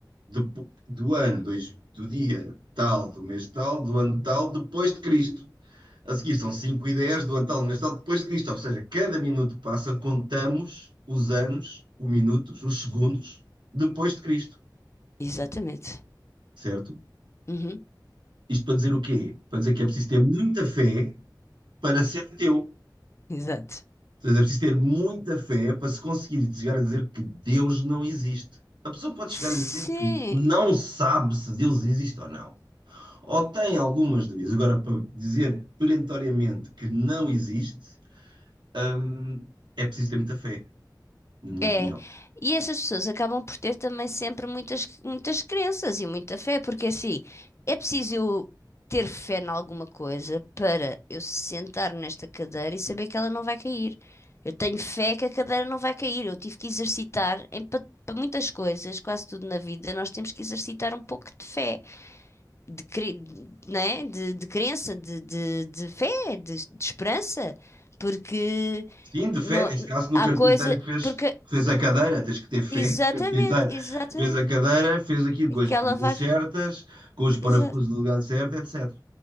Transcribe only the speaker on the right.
Depo- do ano, dois, do dia tal, do mês tal, do ano tal, depois de Cristo. A seguir são 5 e 10 do ano tal, do mês tal, depois de Cristo. Ou seja, cada minuto que passa, contamos os anos, os minutos, os segundos, depois de Cristo.
Certo?
Isto para dizer o quê? Para dizer que é preciso ter muita fé para ser teu.
Portanto, é preciso ter muita fé para se conseguir chegar a dizer que Deus não existe. A pessoa pode
chegar a dizer que não sabe se Deus existe ou não. Ou tem algumas dúvidas. Agora, para dizer perentoriamente que não existe, hum, é preciso ter muita fé, na minha
opinião.
Sim, de fé,
neste caso, no
carpinteiro
que fez,
que fez a cadeira, tens que ter fé.
O carpinteiro
fez a cadeira, fez aquilo
com
as
medidas
certas, com os parafusos
do lugar certo, etc.